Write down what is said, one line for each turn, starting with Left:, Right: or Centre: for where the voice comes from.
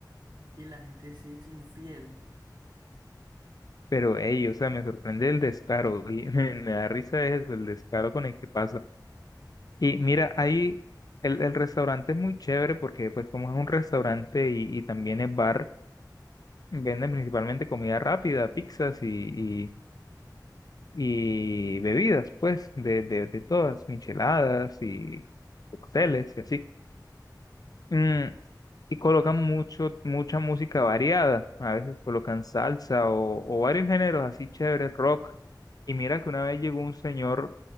Right: Oye, la gente sí es infiel.
Left: Pero, hey, o sea, me sorprende el descaro y <laughs> me, me da risa eso, el descaro con el que pasa. Y mira, ahí el, el restaurante es muy chévere porque, pues, como es un restaurante y, y también es bar, venden principalmente comida rápida, pizzas y, y bebidas, pues, de, de, de todas, micheladas y cócteles y así. Mm, y colocan mucho, mucha música variada, a veces colocan salsa o, o varios géneros así chéveres, rock. Y mira que una vez llegó un señor